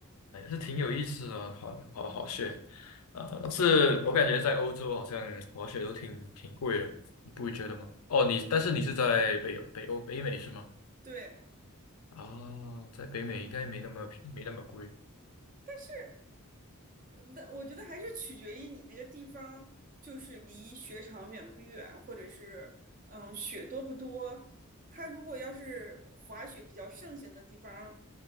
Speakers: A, on the left; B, on the right.
A: 哎，是挺有意思的哦，滑好滑雪啊，但是我感觉在欧洲好像滑雪都挺挺贵的，你不会觉得吗？哦，你但是你是在北欧北欧北美是吗？
B: <laughs> 对，
A: 啊，在北美应该没那么平没那么贵，
B: 是。那我觉得还是取决于你那个地方，就是离雪场远不远，或者是嗯雪多不多。它如果要是滑雪比较盛行的地方，